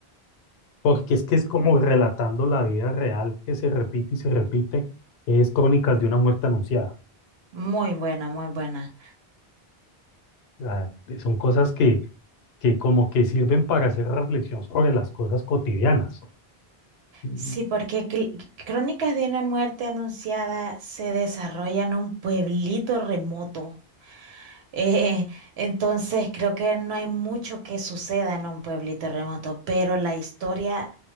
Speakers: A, on the left; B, on the right.
A: Porque es que es como relatando la vida real que se repite y se repite, es crónicas de una muerte anunciada.
B: Muy buena, muy buena.
A: Ah, son cosas que, que como que sirven para hacer reflexión sobre las cosas cotidianas. Mm.
B: Sí, porque Cl- Crónicas de una muerte anunciada se desarrolla en un pueblito remoto. Eh, entonces creo que no hay mucho que suceda en un pueblito remoto, pero la historia